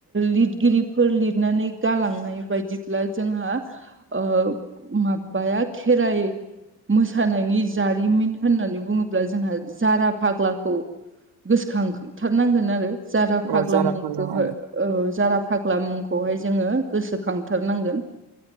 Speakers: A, on the right; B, on the right.
A: लिरगिरिफोर लिरनानै गालांनाय बायदि जोंहा ओ माबाया खेराइ मोसानायनि जारिमिन होननानै बुङोब्ला जोंहा जारा फाग्लाखौ गोसोखांथारनांगोन आरो जारा फाग्ला
B: अ जारा
A: मुंखौहाय।
B: ओं
A: औ जारा फाग्ला मुंखौहाय जोङो गोसोखांथारनांगोन।